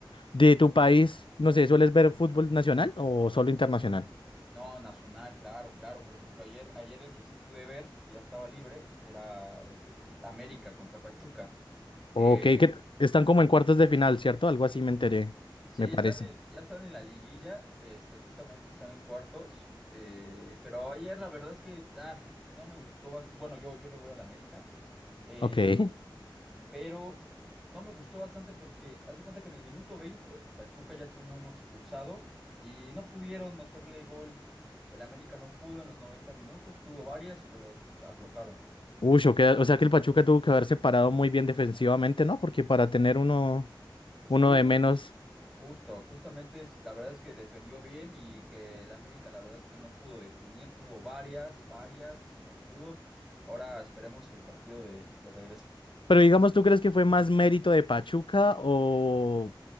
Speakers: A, on the left; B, in the centre.
A: de tu país, no sé, ¿sueles ver fútbol nacional o solo internacional?
B: No, Nacional, claro, claro. Por ejemplo, ayer, ayer el que sí pude ver, porque ya estaba libre, era el de América contra Pachuca. Eh,
A: Ok, que están como en cuartos de final, ¿cierto? Algo así me enteré,
B: Sí,
A: me parece.
B: están en- ya están en la liguilla, este, justamente están en cuartos, eh, pero ayer la verdad es que ah, no me gustó, bas- bueno, yo, yo le voy al América, eh,
A: Ok.
B: pero no me gustó bastante porque haz de cuenta que en el minuto 20 Pachuca ya tenía uno expulsado y no pudieron meterle gol, el América no pudo en los 90 minutos, tuvo varias, pero aflojaron.
A: Uy, o, que- o sea que el Pachuca tuvo que haber separado muy bien defensivamente, ¿no? Porque para tener uno,
B: Estuvo,
A: uno de
B: mu-
A: menos.
B: Justo, justamente es, la verdad es que defendió bien y que el América la verdad es que no pudo definir, tuvo varias, varias y no pudo. Ahora esperemos el partido de, de regreso.
A: Pero digamos, ¿tú crees que fue más mérito de Pachuca o